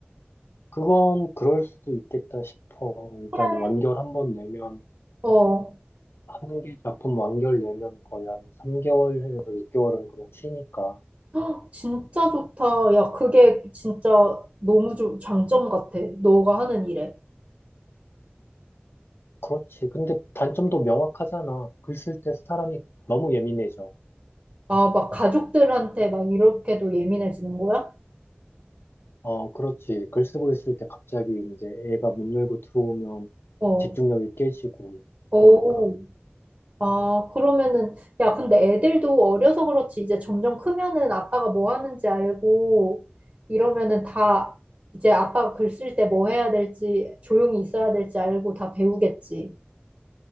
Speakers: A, on the left; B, on the right.
A: 그건 그럴 수도 있겠다 싶어. 일단
B: 그래.
A: 완결 한번 내면
B: 어.
A: 한 개 작품 완결 내면 거의 한 3개월에서 6개월은 그냥 쉬니까.
B: 헉, 진짜 좋다. 야, 그게 진짜 너무 좋 장점 같아. 너가 하는 일에.
A: 그렇지. 근데 단점도 명확하잖아. 글 쓸 때 사람이 너무 예민해져.
B: 아, 막 가족들한테 막 이렇게도 예민해지는 거야?
A: 어, 그렇지. 글 쓰고 있을 때 갑자기 이제 애가 문 열고 들어오면
B: 어.
A: 집중력이 깨지고,
B: 오.
A: 그러니까.
B: 아, 그러면은, 야, 근데 애들도 어려서 그렇지, 이제 점점 크면은 아빠가 뭐 하는지 알고, 이러면은 다, 이제 아빠가 글 쓸 때 뭐 해야 될지, 조용히 있어야 될지 알고 다 배우겠지.